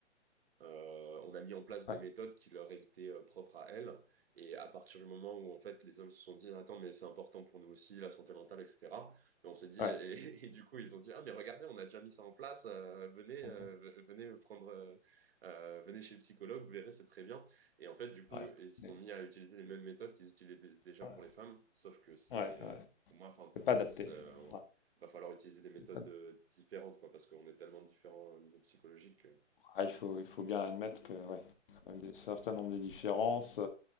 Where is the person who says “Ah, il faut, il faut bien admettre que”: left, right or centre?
Left